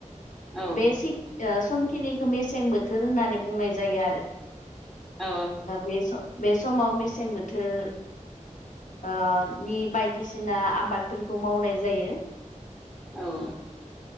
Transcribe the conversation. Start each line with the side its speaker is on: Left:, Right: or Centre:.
Centre: औ
Left: बे समखिनि मेसें बोथोर होननानै बुंनाय जायो आरो
Centre: औ
Left: बे सम बे समाव मेसें बोथोर ओ नि बायदिसिना आबादफोरखौ मावनाय जायो
Centre: औ